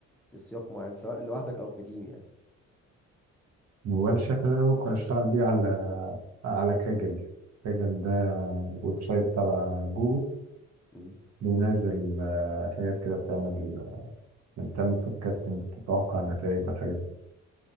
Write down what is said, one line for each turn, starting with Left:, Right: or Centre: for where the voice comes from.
Centre: في سياق معين سواء لوحدك او في تيم يعني
Right: وانا شايف ان انا ممكن اشتغل بيه على على كاجل كاجل ده ويب سايت تبع جوجل
Centre: مم.
Right: بينزل آه، حاجات كده بتعمل يعني بتعمل فوركاستنج تتوقع النتائج والحاجات دي